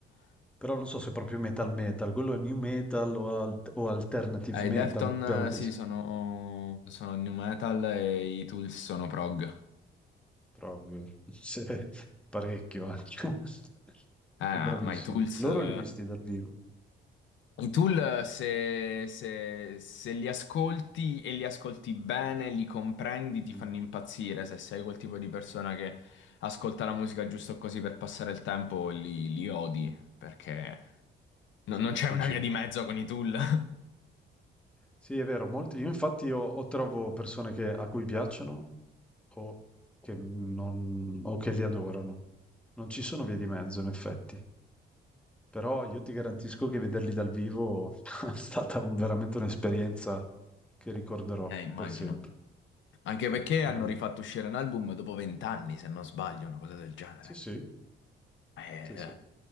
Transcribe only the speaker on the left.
e
i Defton,
eh, sì,
sono, sono new metal e i Tools sono prog.
Eh,
ma i Tools.
eh,
I tool, se, se- se li ascolti e li ascolti bene, li comprendi, ti
fanno impazzire. Se sei quel tipo di persona che ascolta la musica giusto così per passare il tempo, li, li odi, perché non
non
c'è una via di mezzo con i tool. <laughs>
Eh, immagino.
Anche
perché
hanno rifatto uscire un album dopo vent'anni, se non sbaglio, una cosa del genere.
Eh,
eh.